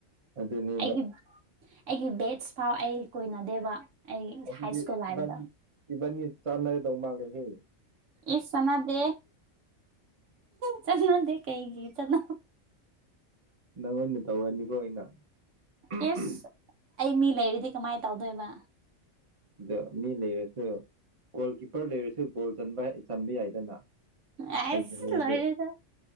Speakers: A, on the right; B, on the right.
A: ꯑꯗꯨꯅꯦꯕ
B: ꯑꯩꯒꯤ ꯑꯩꯒꯤ ꯕꯦꯠꯁ ꯐꯥꯎ ꯑꯩ ꯀꯣꯏꯅꯗꯦꯕ ꯑꯩꯒꯤ
A: ꯑꯗꯨꯗꯤ
B: ꯍꯥꯏ ꯁ꯭ꯀꯨꯜ ꯂꯥꯏꯐꯇ
A: ꯏꯕꯥꯅꯤ ꯏꯕꯥꯅꯤ ꯆꯥꯟꯅꯒꯗꯧ ꯃꯥꯥꯡꯂꯦꯍꯦ
B: ꯏꯁ ꯆꯅꯗꯦ ꯆꯅꯥꯗꯦ ꯀꯩꯒꯤ ꯆꯅꯥ
A: ꯅꯪ ꯑꯣꯏꯅ ꯇꯧꯔꯅꯤꯀꯣ ꯑꯩꯅ ꯑꯗ
B: ꯌꯦꯁ ꯑꯩ ꯃꯤ ꯂꯩꯔꯤꯗꯤ ꯀꯃꯥꯏ ꯇꯧꯗꯣꯏꯕ
A: ꯑꯗꯣ ꯃꯤ ꯂꯩꯔꯁꯨ ꯒꯣꯜ ꯀꯤꯞꯄꯔ ꯂꯩꯔꯁꯨ ꯒꯣꯜ ꯆꯟꯕꯥꯏ ꯆꯟꯕ ꯌꯥꯏꯗꯅ
B: ꯑꯦꯏꯁ
A: ꯍꯩꯕꯨ ꯍꯩꯔꯗꯤ
B: ꯂꯣꯏꯦꯗ